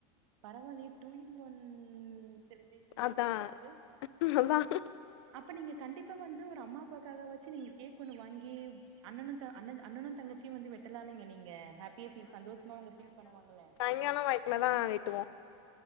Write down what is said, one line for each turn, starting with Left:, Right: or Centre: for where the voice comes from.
Right: பரவால்லயே டூ இன் ஒன் செலிப்ரேஷன்
Left: அதான்
Right: போல உங்களுக்கு
Left: அதான்
Right: அப்ப நீங்க கண்டிப் பா வந்து ஒரு அம்மா அப்பாவுக்காக வச்சு நீங்க கேக் ஒன்னு வாங்கி அண்ணனு த அண்ணன் அண்ணனு தங்கச்சிய வந்து வெட்டலலாலங்க நீங்க ஹாப்பியா ஃபீல் சந்தோஷமா அவங்க ஃபீல் பண்ணுவாங்கல்ல
Left: <unintelligible> வெட்டுவோ